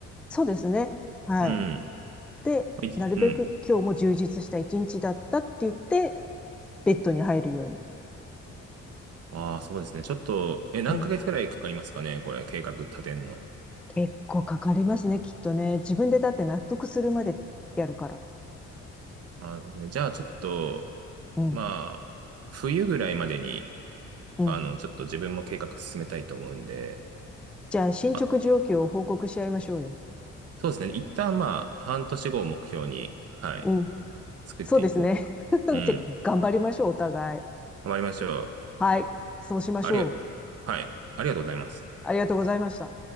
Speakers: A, in the centre; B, on the right.
A: そうですね。はい。
B: うん。
A: で、
B: はい、
A: なるべく今日も充実した一日だったって言って、
B: うん。
A: ベッドに入るように。
B: ああ、そうですね。ちょっと、え、何ヶ月くらいかかりますかね、
A: うん。
B: これ、計画立てんの。
A: 結構かかりますね、きっとね。自分でだって納得するまでやるから。
B: なるほどね。じゃあ、ちょっと、
A: うん。
B: まあ、冬ぐらいまでに、
A: うん。
B: あの、ちょっと自分も計画進めたいと思うんで、
A: じゃあ、進捗状況を報告し合いましょうよ。
B: まあ、そうですね。一旦まあ、半年後を目標に、はい、
A: うん。
B: 作っていこうかな。
A: そうですね。<laughs>
B: うん。
A: じゃあ、頑張りましょう、お互い。
B: 頑張りましょう。
A: はい。そうしましょう。
B: ありが、はい、ありがとうございます。
A: ありがとうございました。